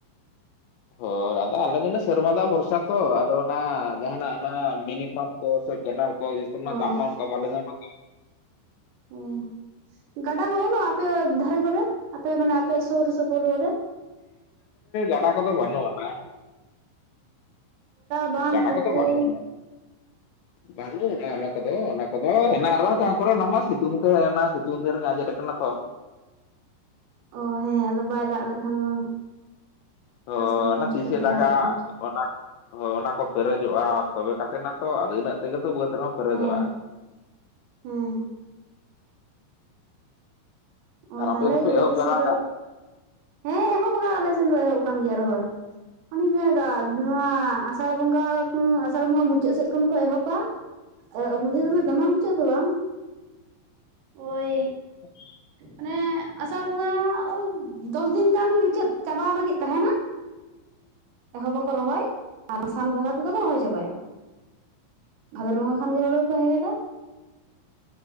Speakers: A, on the right; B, on the left.
A: <inaudible>
B: ᱦᱳᱭ ᱟᱫᱚ ᱟᱞᱮ ᱫᱚᱞᱮ ᱥᱮᱨᱢᱟ ᱫᱟᱜ ᱵᱷᱚᱨᱥᱟ ᱛᱚ, ᱟᱫᱚ ᱚᱱᱟ ᱡᱟᱦᱟᱱᱟᱜ ᱚᱱᱟ ᱢᱤᱱᱤ ᱯᱟᱢᱯ ᱠᱚ ᱥᱮ ᱠᱮᱱᱮᱞ ᱠᱚ ᱤᱭᱟ. ᱠᱚᱨᱮᱱᱟᱜ
A: ᱚ
B: ᱫᱟᱜ ᱢᱟ ᱚᱱᱠᱟ ᱵᱟᱞᱮ ᱧᱟᱢᱟ ᱠᱤ
A: ᱚ ᱜᱟᱰᱟ ᱠᱚ ᱵᱟᱹᱱᱩᱜᱼᱟ, ᱟᱯᱮ ᱫᱷᱟᱨᱮ ᱠᱚᱨᱮ ᱟᱯᱮ ᱢᱟᱱᱮ ᱟᱯᱮ ᱥᱩᱨ ᱥᱩᱯᱩᱨ ᱠᱚᱨᱮ?
B: ᱚᱱᱠᱟ ᱠᱚᱫᱚ ᱵᱷᱟᱹᱱᱩᱜ ᱟᱱᱟ
A: ᱵᱟᱸᱫᱷ
B: ᱜᱟᱰᱟ
A: ᱯᱩᱠᱷᱨᱤ
B: ᱠᱚᱫᱚ ᱵᱟᱱᱩᱜ ᱟᱱᱟ᱾
A: <inaudible>
B: ᱵᱟᱹᱱᱩᱜ ᱟᱱᱟ ᱚᱱᱟ ᱠᱚᱫᱚ ᱚᱱᱟ ᱠᱚᱫᱚ ᱦᱮᱱᱟᱜ ᱨᱮᱦᱚᱸ, ᱡᱟᱦᱟ ᱠᱚᱨᱮ ᱚᱱᱟ ᱢᱟ ᱥᱤᱛᱩᱝ ᱛᱮ ᱚᱱᱟ ᱥᱤᱛᱩᱝ ᱫᱤᱱ ᱨᱮᱜᱮ ᱟᱡᱮᱫ ᱠᱟᱱᱟ ᱛᱚ᱾
A: ᱚ ᱦᱮᱸ ᱟᱫᱚ ᱵᱟᱭ ᱫᱟᱜ ᱞᱮᱠᱷᱟᱱ ᱫᱚ ᱪᱟᱥ
B: ᱚ
A: ᱠᱟᱹᱢᱤ
B: ᱚᱱᱟ
A: ᱦᱚᱸ ᱪᱤᱠᱟᱹᱛᱮ
B: ᱛᱤᱥᱮ
A: ᱮᱦᱚᱵᱚᱜᱼᱟ
B: ᱫᱟᱜᱟ ᱚᱱᱟ ᱦᱳᱭ ᱚᱱᱟ ᱠᱚ ᱯᱮᱨᱮᱡᱚᱜᱼᱟ ᱛᱚᱵᱮ ᱠᱟᱛᱮ ᱱᱟ ᱛᱚ ᱟᱫᱚ ᱤᱱᱟᱹᱜ ᱛᱮᱜᱮ ᱛᱚ ᱵᱟᱹᱫᱽ ᱨᱮᱦᱚᱸ ᱯᱮᱨᱮᱡᱚᱜᱼᱟ
A: ᱦᱮᱸ
B: ᱾
A: ᱦᱮᱸ ᱾ ᱚ
B: ᱟᱨ
A: ᱛᱟᱦᱚᱞᱮ
B: ᱫᱚᱯᱮ ᱮᱦᱚᱵ
A: ᱟᱯᱮ
B: ᱡᱟᱣᱨᱟ
A: ᱥᱮᱫ ᱫᱚ, ᱦᱮᱸ ᱮᱦᱚᱵ ᱟᱠᱟᱱᱟ ᱟᱞᱮ ᱥᱮᱫ ᱫᱚ ᱮᱦᱚᱵ ᱟᱠᱟᱱ ᱜᱮᱭᱟ ᱨᱚᱦᱚᱭ ᱚᱱᱮᱧ ᱢᱮᱱᱮᱫᱟ ᱱᱚᱣᱟ ᱟᱥᱟᱲ ᱵᱚᱸᱜᱟ ᱟᱥᱟᱲ ᱵᱚᱸᱜᱟ ᱢᱩᱪᱟᱹᱫ ᱥᱮᱫ ᱠᱷᱚᱱ ᱠᱚ ᱮᱦᱚᱵᱟ ᱢᱩᱪᱟᱹᱫ ᱥᱚᱢᱚᱭ ᱫᱚᱢᱮ ᱢᱩᱪᱟᱹᱫ ᱫᱚ ᱵᱟᱝ ᱳᱭ
B: <unintelligible>
A: ᱚᱱᱮ ᱟᱥᱟᱲ ᱵᱚᱸᱜᱟ ᱳᱭ ᱫᱚᱥ ᱫᱤᱱ ᱜᱟᱱ ᱢᱩᱪᱟᱹᱫ ᱪᱟᱵᱟ ᱞᱟᱹᱜᱤᱫ ᱛᱟᱦᱮᱱᱟ ᱮᱦᱚᱵ ᱟᱠᱚ ᱨᱚᱦᱚᱭ ᱟᱨ ᱥᱟᱱ ᱵᱚᱸᱜᱟ ᱛᱮᱫᱚ ᱠᱚ ᱨᱚᱦᱚᱭ ᱪᱟᱵᱟᱭᱟ ᱾ ᱵᱷᱟᱫᱚᱨ ᱵᱚᱸᱜᱟ ᱠᱷᱟᱱᱜᱮ ᱦᱳᱲᱳ ᱦᱚᱸᱠᱚ ᱦᱮᱲᱦᱮᱫᱟ ᱾